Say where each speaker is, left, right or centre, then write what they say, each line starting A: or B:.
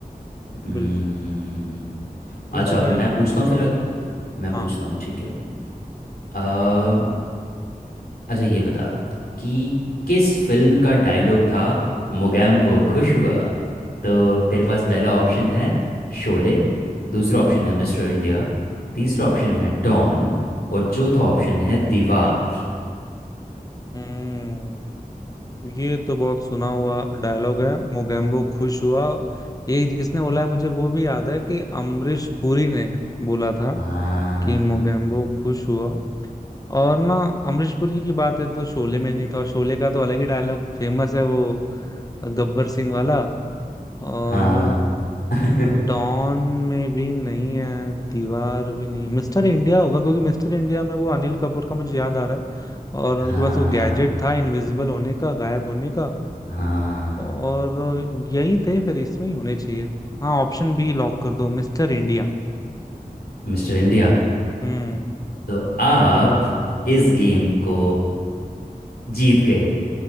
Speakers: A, on the left; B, on the left.
A: हम्म,
B: बिल्कुल पूछो
A: अच्छा
B: भाई
A: मैं
B: अब
A: पूछता
B: तुम पूछो
A: हूँ फिर अगला मैं पूछता
B: हाँ
A: हूँ ठीक है आ, अच्छा ये बता कि किस फिल्म का डायलॉग था मोगैम्बो खुश हुआ तो तेरे पास पहला ऑप्शन है शोले दूसरा ऑप्शन है मिस्टर इंडिया तीसरा ऑप्शन है डॉन और चौथा ऑप्शन है दीवार
B: हम्म ये तो बहुत सुना हुआ डायलॉग है मोगेम्बो खुश हुआ ये किसने बोला है मुझे वो भी याद है कि अमरीश पुरी ने बोला था
A: हाँ
B: कि मोगेम्बो खुश हुआ और ना अमरीश पुरी की बात है तो शोले में नहीं था और शोले का तो अलग ही डायलॉग फेमस है वो गब्बर सिंह वाला और
A: हाँ <laughs>
B: डॉन में भी नहीं है दीवार भी नहीं मिस्टर इंडिया होगा क्योंकि मिस्टर इंडिया में वो अनिल कपूर का मुझे याद आ रहा है और उनके
A: हाँ
B: पास वो गैजेट था इनविजिबल होने का गायब होने का
A: हाँ
B: और यही थे फिर इसमें ही होने चाहिए हाँ ऑप्शन बी लॉक कर दो मिस्टर इंडिया
A: मिस्टर इंडिया
B: हम्म
A: तो आप इस गेम को जीत गए